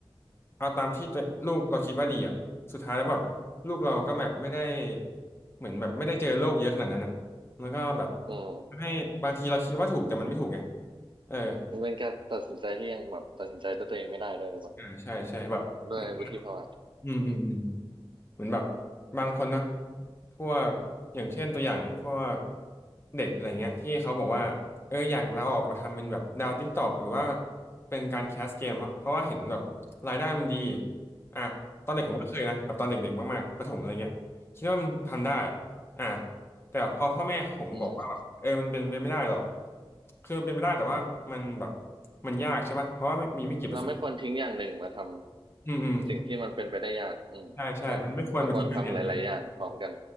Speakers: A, on the left; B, on the right.
A: เอาตามที่ตัวลูกเราคิดว่าดีอ่ะสุดท้ายแล้วแบบลูกเราก็แบบไม่ได้เหมือนแบบไม่ได้เจอโลกเยอะขนาดนั้นอ่ะ แล้วก็แบบ
B: อืม
A: ทำให้บางทีเราคิดว่าถูกแต่มันไม่ถูกไงเออ
B: มันเป็นการตัดสินใจที่ยังแบบตัดสินใจด้วยตัวเองไม่ได้ด้วยหรือเปล่า
A: อ่าใช่ใช่แบบเหมือน
B: ด้วยวุฒิภาวะ
A: อืมอืมอืม
B: อืม
A: เหมือนแบบบางคนนะพวกอย่างเช่นตัวอย่างพวกเด็กอะไรเงี้ยที่เขาบอกว่าเอออยากลาออกมาทำเป็นแบบดาวติ๊กตอกหรือว่าเป็นการแคสเกมเพราะเพราะว่าเห็นแบบรายได้มันดีอ่ะตอนเด็กผมก็เคยนะแบบตอนเด็กๆมากๆประถมอะไรเงี้ยคิดว่ามันทำได้
B: อืม
A: อ่ะแต่พอพ่อแม่ผมบอกว่าแบบเออมันเป็นไปไม่ได้หรอก
B: อืม
A: คือมันเป็นไปได้แต่ว่ามันแบบมันยากใช่ปะเพราะว่ามีไม่กี่เปอร์เซ็นต์
B: เราไม่ควรทิ้งอย่างหนึ่งมาทำสิ่งที่มันเป็นไปได้ยากอืมใช่เราควรทำหลายๆอย่างพร้อมกัน
A: อืมอืมใช่ใช่มันไม่ควรมาทิ้งการเรียนกัน